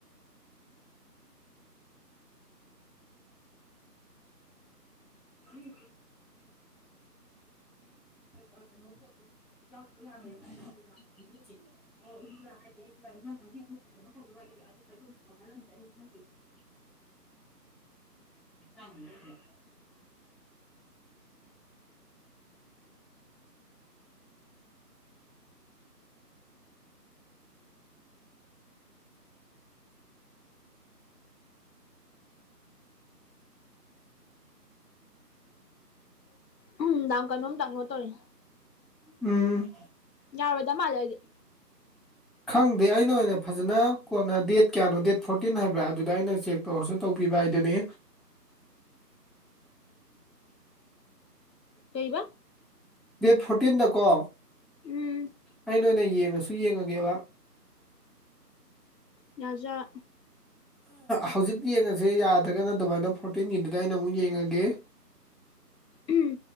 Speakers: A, in the centre; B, on the left (about 80°).
A: ꯎꯝ꯫ <inaudible> <inaudible> <inaudible> <inaudible> <inaudible>
B: ꯎꯝ ꯀꯩꯅꯣꯝ ꯗꯥꯎꯂꯣꯠ ꯇꯧꯔꯤꯅꯤ꯫
A: ꯎꯝ꯫
B: ꯌꯥꯔꯣꯏꯗꯥ ꯃꯥꯟꯂꯦ ꯑꯩꯗꯤ꯫
A: ꯈꯪꯗꯦ ꯑꯩꯅ ꯑꯣꯏꯅ ꯐꯖꯅ ꯀꯣꯟꯅ ꯗꯦꯠ ꯀꯌꯥꯅꯣ ꯗꯦꯠ ꯐꯣꯔꯇꯤꯟ ꯍꯥꯏꯕ꯭ꯔꯥ ꯑꯗꯨꯗ ꯑꯩꯅ ꯆꯦꯛ ꯇꯧꯔꯁꯨ ꯇꯧꯕꯤꯕ ꯍꯥꯏꯗꯨꯅꯤ꯫
B: ꯀꯩꯕꯥ꯫
A: ꯗꯦꯠ ꯐꯣꯔꯇꯤꯟꯗꯀꯣ
B: ꯎꯝ
A: ꯑꯩꯅ ꯑꯣꯏꯅ ꯌꯦꯡꯉꯁꯨ ꯌꯦꯡꯉꯒꯦꯕ꯫
B: ꯌꯥꯖ
A: ꯍꯧꯖꯤꯛ ꯌꯦꯡꯉꯁꯤ ꯌꯥꯗ꯭ꯔꯒꯅ ꯑꯗꯨꯃꯥꯏꯅ ꯐꯣꯔꯇꯤꯟꯒꯤꯗꯨꯗ ꯑꯩꯅ ꯑꯃꯨꯛ ꯌꯦꯡꯉꯒꯦ꯫
B: ꯎꯝ